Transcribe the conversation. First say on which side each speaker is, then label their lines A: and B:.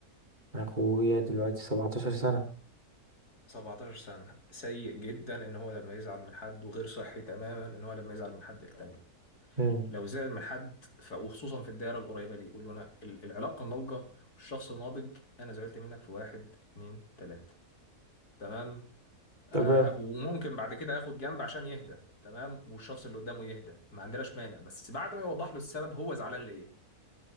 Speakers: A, on the right; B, on the left.
A: اخويا دلوقتي 17 سنة
B: 17 سنة سيء جدا ان هو لما يزعل من حد وغير صحي تماما ان هو لما يزعل من حد يكتمل
A: امم
B: لو زعل من حد ف- وخصوصا في الدائرة القريبة ليه يقول له انا ال- العلاقة الناضجة والشخص الناضج انا زعلت منك في واحد اتنين تلاتة تمام آه،
A: تمام
B: وممكن بعد كده ياخد جنب عشان يهدى تمام والشخص اللي قدامه يهدى ما عندناش مانع بس بعد ما يوضح له السبب هو زعلان ليه